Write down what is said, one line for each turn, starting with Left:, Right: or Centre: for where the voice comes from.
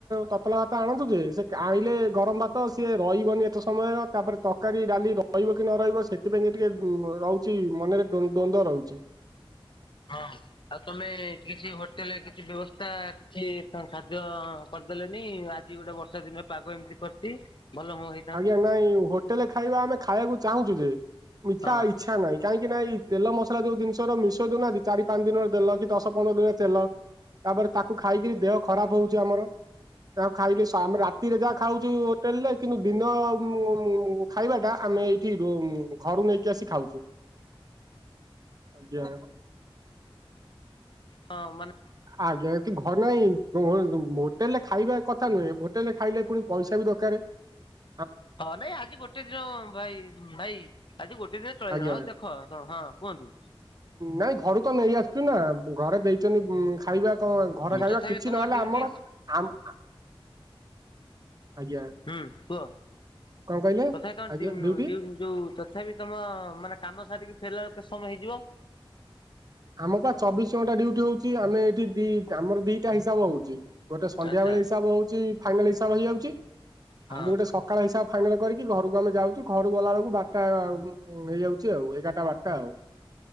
Right: ତତଲା ଭାତ ଆଣନ୍ତୁ ଯେ ସେ ଆଇଁଲେ ଗରମ ଭାତ ସିଏ ରହିବନି ଏତେ ସମୟ ତାପରେ ତକାରୀ ଡାଲି ରହିବ କି ନ ରହିବ ସେଥିପାଇଁ ଟିକେ ରହୁଚି ମନରେ ଦ୍ୱନ୍ଦ ରହୁଚି।
Left: ହଁ ଆଉ ତମେ କିଛି ହୋଟେଲେ କିଛି ବ୍ୟବସ୍ତା କିଛି ଖାଦ୍ୟ କରିଦେଲେନି ଆଜି ଗୋଟେ ବର୍ଷା ଦିନରେ ପାଗ ଏମିତି କରିଚି ଭଲ ହ ହେ
Right: ଆଜ୍ଞା ନାଇଁ ହୋଟେଲେ ଖାଇବା ଆମେ ଖାୟାକୁ ଚାହୁଁଚୁ ଯେ ଇଛା
Left: ହଁ
Right: ଇଛା ନାଇଁ କାହିଁକି ନା ଇ ତେଲ ମସଲା ଯୋଉ ଜିନିଷର ମିଶାଇ ଦଉନାହାନ୍ତି ଚାରି ପାଞ୍ଚ ଦିନର ତେଲ କି ଦଶ ପନ୍ଦର ଦିନର ତେଲ ତାପରେ ତାକୁ ଖାଇକିରି ଦେହ ଖରାପ ହଉଚି ଆମର। ତାହାକୁ ଖାଇଲି ସ ଆମେ ରାତିରେ ଯାହା ଖାଉଚୁ ହୋଟେଲ୍ ରେ କିନ୍ତୁ ଦିନ ମୁ ମୁ ମୁ ଖାଇବା ଟା ଆମେ ଏଇଠି ରୁ ଘରୁ ନେଇକି ଆସି ଖାଉଚୁ। ଆଜ୍ଞା।
Left: ହଁ ମାନେ
Right: ଆଜ୍ଞା କି ଘର୍ ନାଇଁ ହୋଟେଲ୍ ରେ ଖାଇବା କଥା ନୁହେଁ ହୋଟେଲ୍ ରେ ଖାଇଲେ ପୁଣି ପଇସା ବି ଦକାରେ। ଁ <unintelligible>
Left: ହଁ ନାଇଁ ଆଜି ଗୋଟେ ଦିନ ଭାଇ ଭାଇ ଆଜି ଗୋଟେ ଦିନ ଚଳେଇ
Right: ଆଜ୍ଞା
Left: ହଉ ଦେଖ କଣ ହଁ କୁହନ୍ତୁ?
Right: ନାଇଁ ଘରୁ ତ ନେଇ ଆସୁଚୁ ନା ଘରେ ଦେଇଚନ୍ତି ଖାଇବା କଣ ଘର ଖାଇବା
Left: ତଥାପି
Right: କିଛି
Left: ତମ
Right: ନହେଲେ
Left: ଡ୍ୟୁଟି
Right: ଆମର ଆମ ଆ ଆଜ୍ଞା
Left: ହୁଁ କୁହ
Right: କଣ କହିଲେ
Left: ତଥାପି ତମ
Right: ଆଜ୍ଞା
Left: ଡ୍ୟୁ
Right: ଡ୍ୟୁଟି
Left: ଡ୍ୟୁ ଯୋଉ ତଥାପି ତମ ମାନେ କାମ ସାରିକି ଫେରିଲା ବେଳକୁ କେତ୍ ସମୟ ହେଇଯିବ?
Right: ଆମ ପା ଚବିଶ ଘଣ୍ଟା ଡ୍ୟୁଟି୍ ହଉଚି ଆମେ ଏଠି ଦି ଆମର ଦିଟା ହିସାବ ହଉଚି ଗୋଟେ ସନ୍ଧ୍ୟାବେଳେ
Left: ଆଚ୍ଛା
Right: ହିସାବ ହଉଚି ଫାଇନାଲ୍ ହିସାବ ହେଇଯାଉଚି
Left: ହଁ
Right: ଆଉ ଗୋଟେ ସ କାଳ ହିସାବ ଫାଇନାଲ୍ କରିକି ଘରକୁ ଆମେ ଯାଉଚୁ ଘରକୁ ଗଲା ବେଳକୁ ବାରଟା‌ ହେଇଯାଉଚି ଆଉ ଏଗାରଟା ବାରଟା ଆଉ।